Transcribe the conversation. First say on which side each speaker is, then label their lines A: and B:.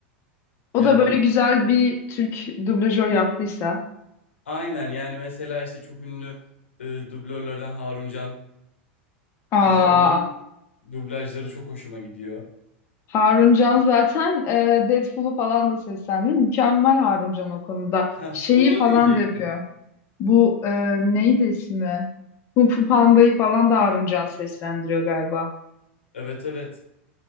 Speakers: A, on the left; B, on the left.
A: O
B: Yani
A: da böyle güzel bir Türk dublajör yaptıysa.
B: aynen yani mesela işte çok ünlü e, dublörlerden Harun Can.
A: Aa.
B: Mesela onun dublajları çok hoşuma gidiyor. <laughs>
A: Harun Can zaten e, Deadpool'u falan da seslendiriyor. Mükemmel Harun Can o konuda.
B: Ha,
A: Şeyi
B: tam onu
A: falan
B: diyecektim.
A: da yapıyor. Bu e, neydi ismi? Kung Fu Panda'yı falan da Harun Can seslendiriyor galiba.
B: Evet evet.